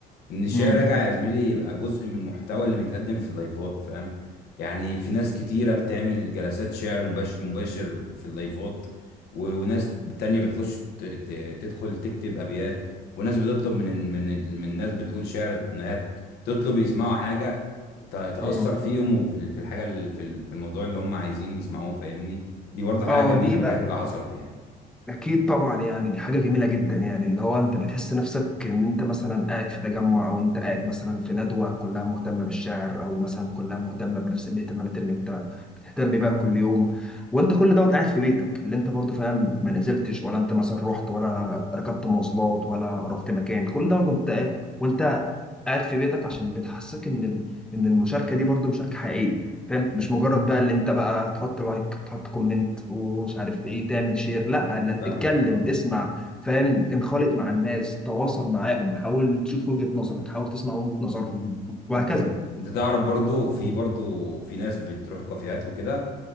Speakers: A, on the left; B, in the centre.
A: ان الشعر
B: امم
A: راجع يا زميلي يبقى جزء من المحتوى اللي بيتقدم في اللايفات فاهم يعني في ناس كتيرة بتعمل جلسات شعر مباشر, مباشر في اللايفات و... وناس تانية بتخش ت... ت... تدخل تكتب ابيات وناس بتطلب من من من ناس بتقول شعر ان هي تطلب يسمعوا حاجة ت... تأثر
B: امم
A: فيهم وفي ال- في الحاجة ال- في ال- في الموضوع اللي هم عايزين يسمعوه فاهمني دي برضه حاجة
B: اه
A: جميلة
B: دي
A: من
B: بقى
A: الحاجات اللي حصلت يعني
B: اكيد طبعا يعني دي حاجه جميله جدا يعني اللي هو انت بتحس نفسك ان انت مثلا قاعد في تجمع او انت قاعد مثلا في ندوه كلها مهتمه بالشعر او مثلا كلها مهتمه بنفس الاهتمامات اللي انت بتهتم بيها كل يوم وانت كل دوت قاعد في بيتك اللي انت برضه فاهم ما نزلتش ولا انت مثلا رحت ولا ركبت مواصلات ولا رحت مكان كل دوت وانت قاعد- وانت قاعد في بيتك عشان بتحسك ان ال- ان المشاركه دي برضه مشاركه حقيقيه فهمت مش مجرد بقى اللي انت بقى تحط لايك تحط كومنت ومش عارف ايه تعمل شير لا لا،
A: فاهمك
B: اتكلم
A: اه
B: اسمع فاهم انخالط مع الناس تواصل معاهم حاول تشوف وجهة نظرك حاول تسمع وجهة نظرهم وهكذا
A: انت انت تعرف برضو في برضو في ناس بتروح الكافيهات وكده